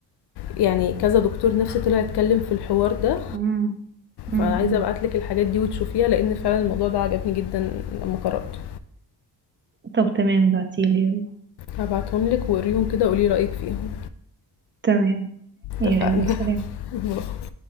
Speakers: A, on the left; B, on the right.
A: يعني كذا دكتور نفسي طلع يتكلم في الحوار ده
B: مم. مم.
A: فعايزه
B: مم.
A: ابعتلك الحاجات دي وتشوفيها لان فعلا الموضوع ده عجبني جدا لما قراته
B: طب تمام بعتيلي يلا
A: هبعتهم لك وقريهم كده وقولي رايك فيهم
B: تمام يلا
A: اتفقنا
B: سلام
A: <laughs>